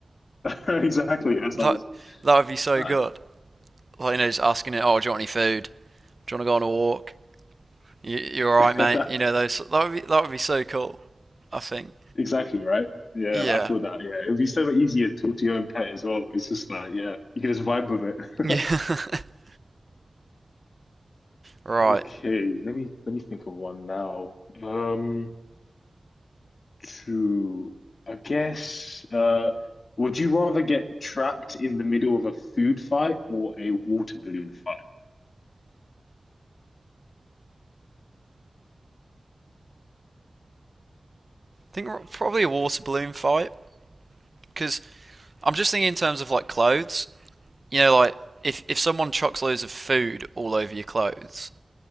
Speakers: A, on the left; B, on the right.
A: <laughs> exactly. That sounds
B: That, that would be so
A: no.
B: good. like you know, just asking it, oh, do you want any food? Do you want to go on a walk? You, you all right,
A: <laughs>
B: mate? You know, those that would be that would be so cool. I think.
A: Exactly right. Yeah,
B: Yeah.
A: I feel that. Yeah, it'd be so much easier to talk to your own pet as well. It's just like, yeah, you can just vibe with it.
B: Yeah.
A: <laughs>
B: <laughs> right.
A: Okay,
B: I
A: let me let me think of one now. Um, to I guess uh would you rather get trapped in the middle of a food fight or a water balloon fight?
B: think probably a water balloon fight because I'm just thinking in terms of like clothes. You know, like if if someone chucks loads of food all over your clothes,